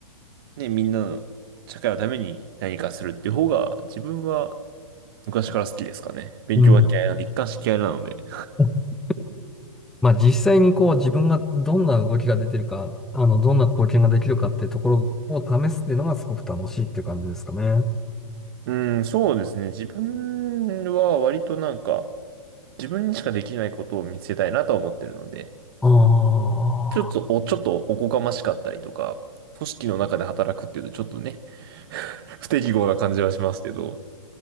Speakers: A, on the right; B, in the centre.
A: ね、みんなの社会のために何かするっていう方が、自分は昔から好きですかね。勉強が嫌いな、
B: うん。
A: 一貫して嫌いなので。
B: <laughs> まあ実際にこう自分がどんな動きが出てるか、あの、どんな貢献ができるかってところを試すっていうのがすごく楽しいっていう感じですかね。
A: うん、そうですね。自分は割となんか、自分にしかできないことを見つけたいなとは思ってるので、
B: ああ
A: ちょっとお、ちょっとおこがましかったりとか、組織の中で働くっていうとちょっとね、<laughs> 不適合な感じはしますけど、